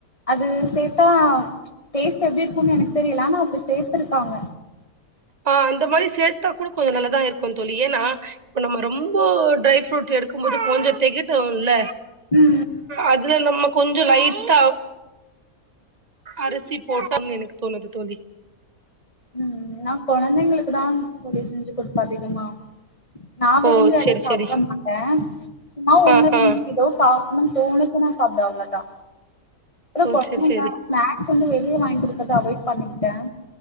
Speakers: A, on the left (about 25°); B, on the right (about 35°).
A: அது சேத்தா டேஸ்ட் எப்டி இருக்குன்னு எனக்கு தெரியல அனா அப்படி சேத்திருக்காங்க
B: ஆ அந்த மாரி சேத்தா கூட கொஞ்சோ நல்லாதா இருக்கு தோழி ஏன்னா இப்ப நம்ம ரொம்போ ட்ரை ஃப்ரூட் எடுக்கும் போது கொஞ்ச தெகட்டுல
A: ம்
B: அதுல நம்ம கொஞ்சோ லைட்டா அரிசி போட் தம் எனக்கு தோணுது தோழி
A: ம் ம் நா கொழந்தைங்களுக்கு தா தோழி செஞ்சு குடுப்ப அதிகமா நா விரும்பி
B: ஓ
A: அத
B: செரி
A: சாப்படமாட்ட
B: செரி
A: சும்மா ஒன்ன
B: ஆ ஆ
A: <inaudible> எதோ சா னு தோணுச்சுன்னா சாப்டு அவ்ளதா ஏன்னா
B: ஓ
A: கொழைந்தைங்க
B: செரி செரி
A: ஸ்நாக்ஸ் வந்து வெளிய வாங்கி குடுக்கர்த அவாய்ட் பண்ணிக்கிட்ட